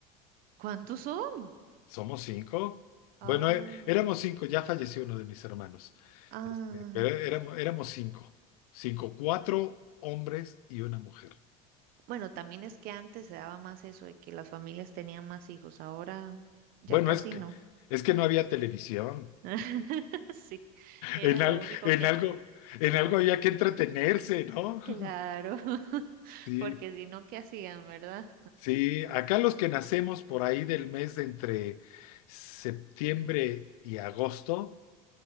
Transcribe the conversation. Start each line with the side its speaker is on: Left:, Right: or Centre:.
Right: ¿Cuántos son?
Left: ¿Somos cinco?
Right: Ay,
Left: Bueno, é- éramos cinco, ya falleció uno de mis hermanos.
Right: ah.
Left: Este, pero éramos, éramos cinco. Cinco, cuatro hombres y una mujer.
Right: Bueno, también es que antes se daba más eso de que las familias tenían más hijos. Ahora ya
Left: Bueno,
Right: casi
Left: es que,
Right: no.
Left: es que no había televisión.
Right: <laughs> Sí, era
Left: En, al-
Right: lo único
Left: en
Right: que
Left: algo,
Right: hacía.
Left: en algo había que entretenerse, ¿no? <laughs>
Right: Claro, <laughs>
Left: Sí,
Right: porque si no, ¿qué hacían, verdad?
Left: Sí, acá los que nacemos por ahí del mes de entre septiembre y agosto,